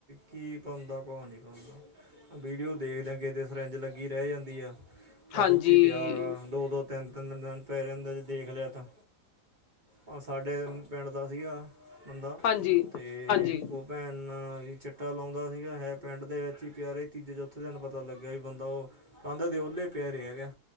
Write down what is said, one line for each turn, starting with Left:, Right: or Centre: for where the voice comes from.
Right: ਕੀ ਪਾਉਂਦਾ, ਕੌਹ ਨਹੀਂ ਪਾਉਂਦਾ। ਵੀਡੀਓ ਦੇਖਦੇ ਕਿਸੇ ਦੀ ਸਰਿੰਜ ਲੱਗੀ ਰਹਿ ਜਾਂਦੀ ਆ। ਬਸ,
Left: ਹਾਂਜੀ,
Right: ਉੱਥੇ ਹੀ ਪਿਆ ਹੈਗਾ ਦੋ-ਦੋ। ਤਿੰਨ-ਤਿੰਨ ਦਿਨ ਪਏ ਰਹਿੰਦੇ। ਜੇ ਦੇਖ ਲਿਆ ਤਾਂ, ਆ ਸਾਡੇ ਪਿੰਡ ਦਾ ਸੀਗਾ। ਬੰਦਾ
Left: ਹਾਂਜੀ,
Right: ਤੇ
Left: ਹਾਂਜੀ
Right: ਉ। ਭੈਣ, ਨਾਹੀਂ ਚਿੱਟਾ ਲਾਉਂਦਾ ਸੀਗਾ। ਹੈ, ਪਿੰਡ ਦੇ ਵਿੱਚ ਹੀ ਪਿਆ ਰ। ਤੀਜੇ-ਚੌਥੇ ਦਿਨ ਪਤਾ ਲੱਗਿਆ ਵੀ ਬੰਦਾ ਉਹ ਕੰਧ ਦੇ ਓਹਲੇ ਪਿਆ ਰਿਹਾ ਹੈਗਾ।